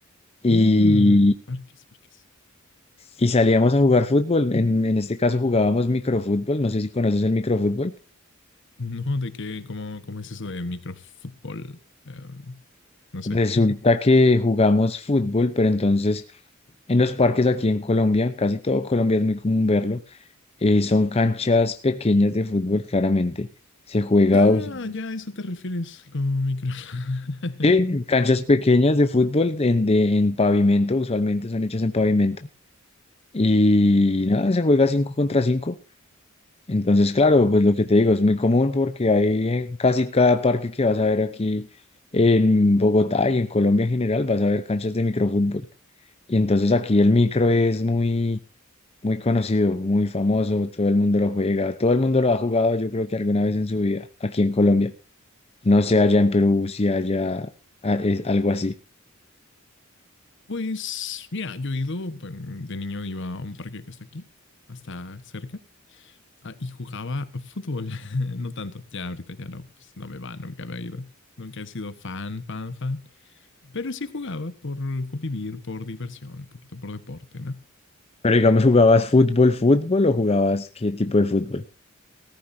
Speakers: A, on the left; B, on the left.
A: y,
B: Uh, parques, parques.
A: y salíamos a jugar fútbol. En, en este caso jugábamos microfútbol, no sé si conoces el microfútbol.
B: No, de qué, cómo, cómo es eso de microfútbol. Em, no sé.
A: Resulta
B: <laughs>
A: que jugamos fútbol, pero entonces en los parques aquí en Colombia, casi todo Colombia es muy común verlo, eh, son canchas pequeñas de fútbol, claramente. Se juega
B: Ah,
A: usualmente-
B: ya a eso te refieres con micro. <laughs>
A: sí, canchas pequeñas de fútbol en, de- en pavimento, usualmente son hechas en pavimento. Y nada, se juega 5 contra cinco Entonces, claro, pues lo que te digo es muy común porque hay en casi cada parque que vas a ver aquí en Bogotá y en Colombia en general, vas a ver canchas de microfútbol. Y entonces aquí el micro es muy, muy conocido, muy famoso, todo el mundo lo juega, todo el mundo lo ha jugado yo creo que alguna vez en su vida aquí en Colombia. No sé allá en Perú si haya ah, es algo así.
B: Pues, mira, yo he ido, bueno, de niño iba a un parque que está aquí, hasta cerca, ah, y jugaba a fútbol. <laughs> No tanto, ya ahorita ya no, pues no me va, nunca había ido. Nunca he sido fan, fan, fan. Pero sí jugaba por convivir, por diversión, un poquito por deporte, ¿no?
A: Pero digamos, ¿jugabas fútbol, fútbol o jugabas qué tipo de fútbol?